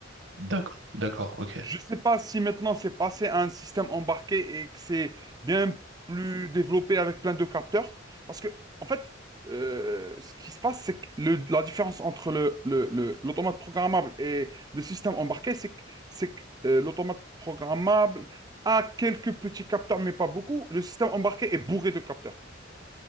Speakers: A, on the right; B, on the right.
A: D'accord, d'accord, ok.
B: Je ne sais pas si maintenant c'est passé à un système embarqué et que c'est bien plus développé avec plein de capteurs. Parce que, en fait, euh, ce qui se passe, c'est que le- la différence entre le, le- le- l'automate programmable et le système embarqué, c'est que, c'est que, euh, l'automate programmable a quelques petits capteurs, mais pas beaucoup. Le système embarqué est bourré de capteurs.